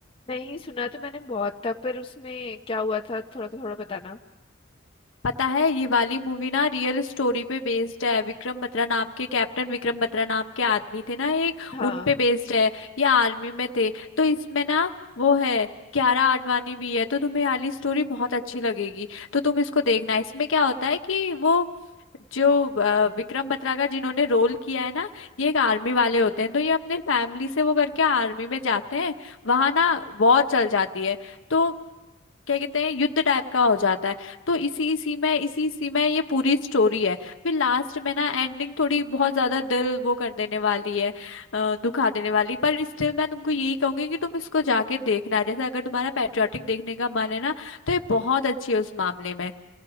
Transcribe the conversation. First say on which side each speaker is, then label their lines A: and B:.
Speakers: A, on the left (about 30°); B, on the left (about 80°).
A: नहीं सुना तो मैंने बहुत था पर उसमें क्या हुआ था थोड़ा तो थोड़ा बताना
B: पता है ये वाली मूवी ना रियल स्टोरी पे बेस्ड है विक्रम बत्रा नाम के कैप्टन विक्रम बत्रा नाम के आदमी थे ना एक
A: हाँ
B: उन पे बेस्ड है ये आर्मी में थे तो इसमें ना वो है कियारा आडवाणी भी है तो तुम्हें वाली स्टोरी बहुत अच्छी लगेगी तो तुम इसको देखना इसमें क्या होता है कि वो जो अ, विक्रम बत्रा का जिन्होंने रोल किया है ना ये एक आर्मी वाले होते हैं तो ये अपने फैमिली से वो करके आर्मी में जाते हैं वहां ना वॉर चल जाती है तो क्या कहते हैं युद्ध टाइप का हो जाता है तो इसी इसी में इसी इसी में ये पूरी स्टोरी है फिर लास्ट में ना एंडिंग थोड़ी बहुत ज्यादा दिल वो कर देने वाली है अ, दुखा देने वाली पर स्टिल मैं तुमको यही कहूंगी कि तुम इसको जाके देखना जैसे अगर तुम्हारा पैट्रियोटिक देखने का मन है ना तो ये बहुत अच्छी है उस मामले में